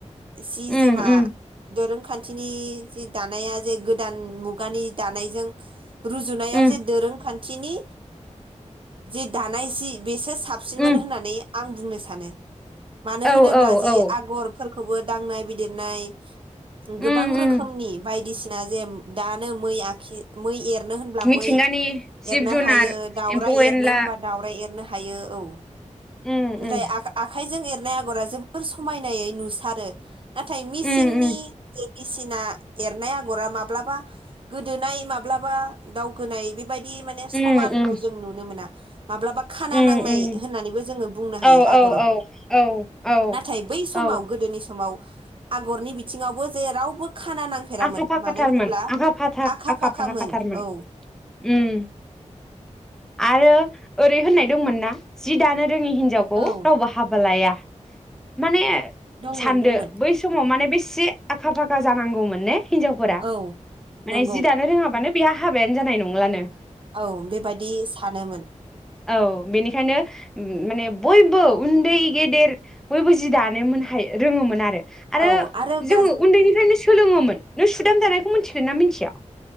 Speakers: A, on the right (about 45°); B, in the centre.
A: सि
B: उम
A: जोमा
B: उम
A: दोरों खान्थिनि जि दानाया जे गोदान मुगानि दानायजों रुजुनायाव
B: उम
A: जे दोरोंखान थिनि जि दानाय सि बेसो साबसिनमोन
B: उम
A: होननानै आं बुंनो सानो। मानो
B: औ
A: होनोब्ला
B: औ
A: जे
B: औ
A: आगरफोर खौबो दांनाय बिलिरनाय गोबां
B: उम
A: रोखोमनि
B: उम
A: बाय दिसिना जेम दानो मै आखि मै एरनो होनब्ला
B: मिथिंगानि
A: मै
B: जिब
A: एरनो
B: जुनार
A: हायो दाउ
B: एम्फौ
A: एरनो
B: एनला
A: होनबा दावराय एरनो हायो औ।
B: उम
A: नाथाय
B: उम
A: आ-आखाइजों एर नाय आगरा जोबोर समायनायै नुसारो। नाथाय मिसिंनि
B: उम उम
A: मिसिना एरनाय आगरा माब्लाबा गोदोनाय माब्लाबा दावखोनाय बेबाय दि माने समानखौ
B: उम उम
A: नुनो मोना। माब्लाबा खाना
B: उम
A: नांनाय
B: उम
A: होननानैबो जोङो बुंनो हायो
B: औ
A: आगराव।
B: औ औ औ औ
A: नाथाय बै समाव
B: औ
A: गोदोनि समाव आगरनि बिथिङावबो जे रावबो खाना नांफेरामोन
B: आखा फाखाथारमोन
A: मानो होनोब्ला
B: आखा फाखा
A: आखा फाखामोन
B: फाखाथारमोन
A: औ।
B: उम आरो ओरै होननाय दंमोन ना जि दानो रोङि हिनजावखौ
A: औ
B: रावबो हाबा लाया। माने
A: दंमोन
B: सानदो
A: दंमोन
B: बै समाव माने बेस से आखा फाखा जानांगौमोन ने हिनजावफोरा
A: औ
B: माने
A: नंगौ
B: जि दानो रोङा माने बेया हाबायानो जानाय नंलानो।
A: औ बेबायदि सानोमोन।
B: औ बेनिखायनो उम माने बयबो उन्दै गेदेर बयबो जि दानोमोन हाय रोङोमोन आरो आरो
A: औ गाज
B: जोङो उन्दैनिफ्रायनो सोलोङोमोन। नों सुदाम दानायखौ मोनथिगोना मिनथिया?